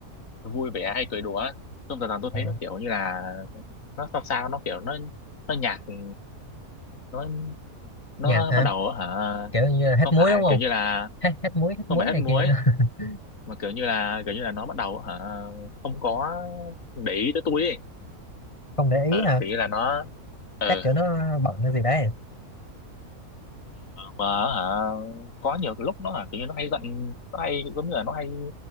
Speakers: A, on the left; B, on the left.
A: vui vẻ hay cười đùa xong dần dần tôi
B: Ờ,
A: thấy nó kiểu như là nó sao sao nó kiểu nó nó nhạt ừ, nó nó
B: nhạt hả
A: bắt đầu hả
B: kiểu như là hết
A: không
B: muối
A: phải
B: đúng không
A: kiểu như là
B: hết hết muối hết muối
A: không phải hết
B: này
A: muối
B: kia đó. <laughs>
A: mà kiểu như là kiểu như là nó bắt đầu hả không có để ý tới tôi ấy
B: không để
A: ờ
B: ý hả
A: kiểu như là nó ờ
B: chắc kiểu nó bận cái gì đấy
A: mà hả có nhiều cái lúc nó hả kiểu như nó hay giận nó hay giống như là nó hay